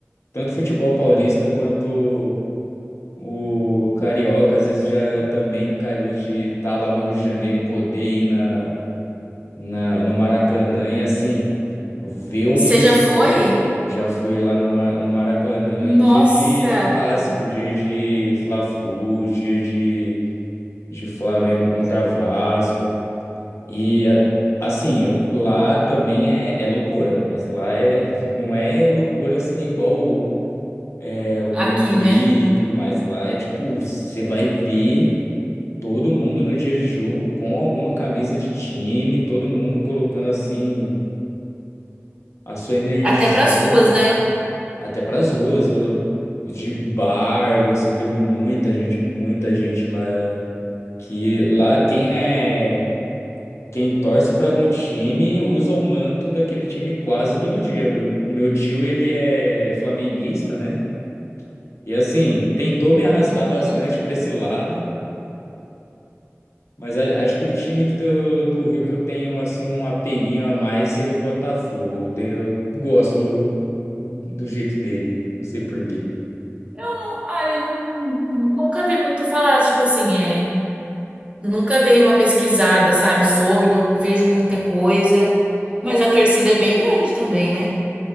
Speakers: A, on the left; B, on the right.
A: tanto o futebol paulista quanto o carioca, às vezes já também calhou de estar lá no Rio de Janeiro e poder ir na, na, no Maracanã e assim ver uns.
B: Você já foi?
A: Já fui lá no, Ma- no Maracanã
B: Nossa,
A: em dia de, de clássico, dia de Fla-Flu, dia de de Flamengo contra Vasco. E a- assim, eu- lá também é, é loucura, mas lá é, não é loucura assim igual o, é, o Morumbi
B: aqui, né?
A: e tudo mais. Lá é tipo, você vai ver todo mundo no dia de jogo com alguma camisa de time, todo mundo colocando assim a sua energia
B: Até pras ruas, né?
A: até para as ruas. eu- De bar, você vê muita gente, muita gente lá. Que lá quem é Quem torce para algum time usa o manto daquele time quase todo dia. Meu, meu tio, ele é flamenguista, né? E assim, tentou me arrastar
B: Uhum.
A: bastante para esse lado, mas a- acho que o time que do, do Rio que eu tenho assim um apeguinho a mais seria o Botafogo. Eu, tenho, eu gosto do, do jeito dele, não sei por quê.
B: Eu não, olha, eu não, nunca vi muito falar, tipo assim, é, nunca dei uma pesquisada, sabe, sobre, não vejo muita coisa, mas a torcida é bem grande também, né?